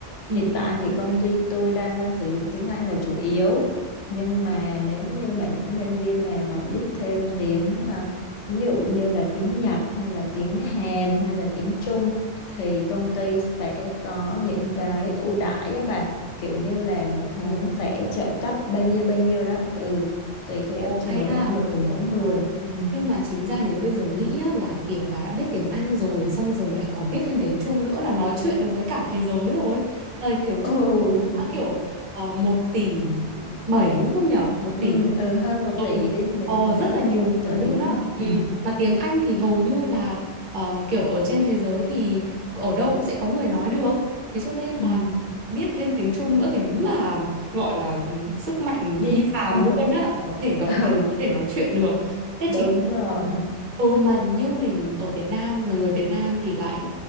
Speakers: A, on the right; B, on the left.
A: ừ,
B: Hiện tại
A: đúng
B: thì công
A: rồi.
B: ty tôi đang à, sử dụng tiếng Anh là chủ yếu nhưng mà nếu như mà những nhân viên nào mà biết thêm tiếng à, ví dụ như là tiếng Nhật hay là tiếng Hàn hay là tiếng Trung thì công ty sẽ có những cái ưu đãi á bà kiểu như là một tháng
A: Ồ,
B: sẽ trợ cấp bao nhiêu bao nhiêu đó ừ tùy theo
A: ồ
B: trình
A: hay
B: độ
A: ha.
B: năng lực của mỗi người
A: Ờ.
B: ừ.
A: Nhưng mà chính ra nếu bây giờ nghĩ nhá là kiểu bà đã biết tiếng Anh rồi xong giờ lại còn biết thêm tiếng Trung nữa là nói chuyện được với cả thế giới rồi. Ờ, kiểu Trung
B: Ồ,
A: Quốc đã kiểu uh, 1 tỷ 7 đúng không nhở? một
B: ừ,
A: tỷ.
B: ừ hơn một
A: Ừ.
B: tỷ đi mình
A: Ờ,
B: mình
A: rất
B: nói hơn
A: là nhiều
B: một tỷ
A: người luôn á.
B: đi
A: Ừ.
B: ừ.
A: Mà tiếng Anh thì hầu như là ờ, kiểu ở trên thế giới thì ở đâu cũng sẽ có người nói được. Thế cho nên
B: Ừ.
A: là biết thêm tiếng Trung nữa thì đúng là gọi là sức mạnh
B: đi
A: phi phàm
B: ừ
A: luôn á là có thể gặp
B: <laughs>
A: ai
B: ừ
A: có thể nói chuyện được. Thế
B: đúng
A: chính
B: rồi
A: lại- Ừ mà như mình ở Việt Nam là người Việt Nam thì lại